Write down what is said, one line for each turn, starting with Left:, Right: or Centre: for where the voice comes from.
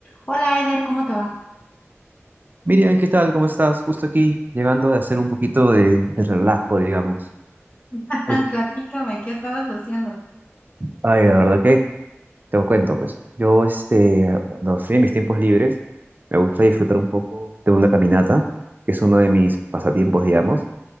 Left: Hola Eder, ¿cómo te va?
Right: Miriam, ¿qué tal? ¿Cómo estás? Justo aquí, llegando de hacer un poquito de, de relajo, digamos.
Left: <laughs>
Right: Uf,
Left: Platícame, ¿qué estabas haciendo?
Right: Ay, la verdad que te lo cuento, pues. Yo, este, cuando estoy en mis tiempos libres, me gusta disfrutar un poco de una caminata, que es uno de mis pasatiempos, digamos.